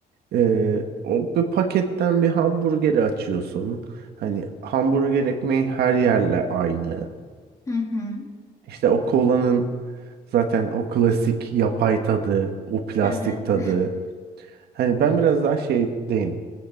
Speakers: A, on the right; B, on the left.
A: e, o bir paketten bir hamburgeri açıyorsun. Hani hamburger ekmeği her yerle aynı.
B: Hı hı.
A: İşte o kolanın zaten o klasik yapay tadı, o plastik
B: Evet.
A: tadı.
B: <laughs>
A: Hani ben biraz daha şeydeyim.